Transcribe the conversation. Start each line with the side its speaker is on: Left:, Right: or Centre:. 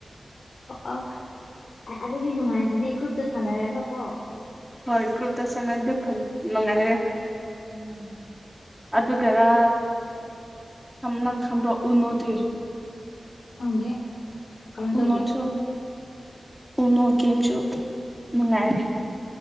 Left: ꯑ ꯑꯗꯨꯗꯤ ꯅꯨꯡꯉꯥꯏꯕꯅꯦ ꯒ꯭ꯔꯨꯞꯇ ꯁꯥꯟꯅꯔꯅꯀꯣ
Centre: ꯍꯣꯏ ꯒ꯭ꯔꯨꯞꯇ ꯆꯪꯗꯤ ꯃꯉꯥꯏꯔꯦ
Left: ꯎꯝ
Centre: ꯑꯗꯨꯒꯔ ꯑ ꯅꯪ ꯈꯝꯕ꯭ꯔꯣ ꯎꯅꯣꯗꯤ
Left: ꯈꯪꯗꯦ ꯀꯃꯥꯏꯅ ꯇꯧꯒꯦ
Centre: ꯎꯅꯣ ꯁꯨ ꯎꯅꯣ ꯒꯦꯝꯁꯨ ꯅꯨꯡꯉꯥꯏ